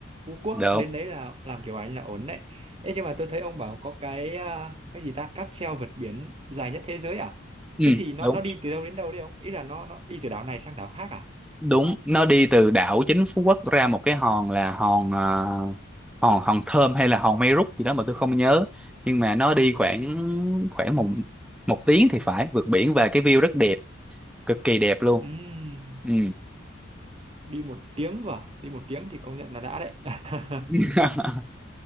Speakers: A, on the right (about 30°); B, in the centre.
A: Phú Quốc
B: được
A: đến
B: không?
A: đấy là làm kiểu ảnh là ổn đấy Ê, nhưng mà tôi thấy ông bảo có cái à, cái gì ta cáp treo vượt biển dài nhất thế giới à
B: <laughs> ừ,
A: thế thì nó
B: đúng
A: nó đi từ đâu đến đâu đấy ông ý là nó nó đi từ đảo này sang đảo khác à
B: đúng nó đi từ đảo chính Phú Quốc ra một cái hòn là hòn à, hòn hòn Thơm hay là hòn Mây Rút gì đó mà tôi không nhớ nhưng mà nó đi khoảng khoảng một một tiếng thì phải vượt biển và cái view rất đẹp cực kỳ đẹp luôn
A: Ừm,
B: ừ
A: đi một tiếng vào đi một tiếng thì công nhận là đã đấy <laughs>
B: <laughs>